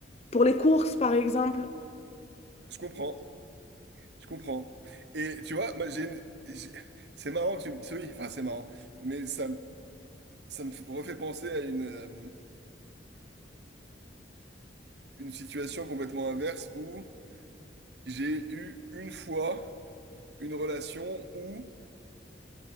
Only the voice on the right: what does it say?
je comprends, je comprends. Et tu vois, moi j'ai une- j'ai- c'est marrant que tu me... c'est- Oui, enfin c'est marrant, mais ça, me- ça me refait penser à une, euh, une situation complètement inverse où j'ai eu une fois une relation où